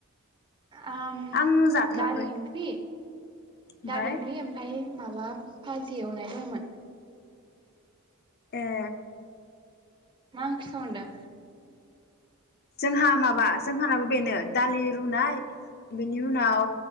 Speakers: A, on the right; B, on the left.
A: ओम
B: आं जाथ'वाखै
A: दालि इंख्रि
B: ओमफाय
A: दालि इंख्रि आमफाय माबा फाजि एवनाय दंमोन
B: ए।
A: मा‌ ओंख्रि संदों?
B: जोंहा माबा जोंहानाबो बेनो दालि रुनाय बेनि उनाव।